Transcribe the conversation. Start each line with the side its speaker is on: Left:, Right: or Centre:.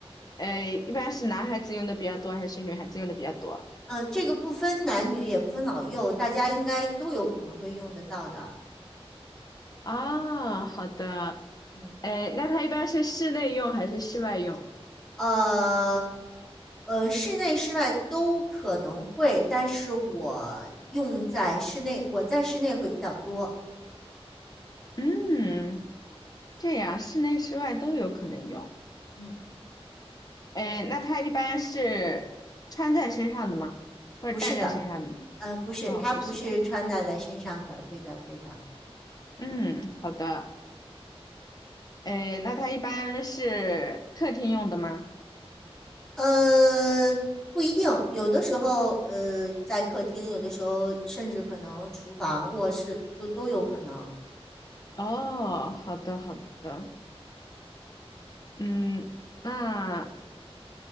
Left: 呃，一般是男孩子用的比较多，还是女孩子用的比较多？
Centre: 嗯、这个不分男女，也不分老幼，大家应该都有可能会用得到的。
Left: 哦，好的。
Centre: 嗯，
Left: 哎，那它一般是室内用还是室外用？
Centre: 呃，呃，室内、室外都可能会，但是我用在室内，我在室内会比较多。
Left: 嗯，这样室内室外都有可能用。
Centre: 嗯。
Left: 哎，那它一般是穿在身上的吗？或者戴在身上的
Centre: 不是的，呃，不是，
Left: 哦，
Centre: 它不是穿戴在身上的，
Left: 啊不是的。
Centre: 对的，对的，
Left: 嗯，好的。哎，那它一般是客厅用的吗？
Centre: 呃，不一定，有的时候，呃，在客厅，有的时候甚至可能厨房、卧室都都有可能，
Left: 哦，好的，好的。嗯，那